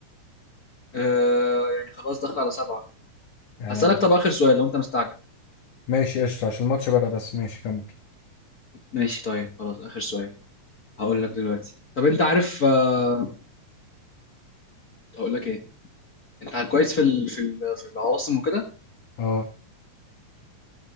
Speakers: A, on the left; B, on the left.
A: آه يعني خلاص داخل على سبعة
B: يعني
A: هسألك طب آخر سؤال لو أنت مستعجل
B: ماشي قشطة عشان الماتش بدأ بس ماشي كمل
A: ماشي طيب خلاص آخر سؤال هقول لك دلوقتي طب أنت عارف آه هقول لك إيه أنت كويس في ال... في ال... في العواصم وكده
B: اه